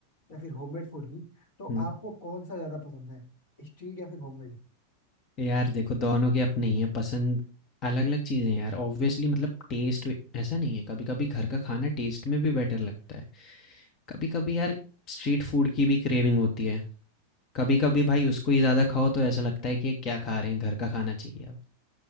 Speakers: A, on the left; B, on the left.
A: या फिर होममेड फूड की तो
B: हुँ।
A: आपको कौन सा ज्यादा पसंद है स्ट्रीट या फिर होममेड
B: यार देखो दोनों की अपनी है पसंद अलग-अलग चीज़ें हैं यार ऑब्वियसली मतलब टेस्ट वे ऐसा नहीं है, कभी-कभी घर का खाना टेस्ट में भी बेटर लगता है। कभी-कभी यार स्ट्रीट फूड की भी क्रेविंग होती है। कभी-कभी भाई उसको ही ज़्यादा खाओ तो ऐसा लगता है कि ये क्या खा रहे हैं, घर का खाना चाहिए अब,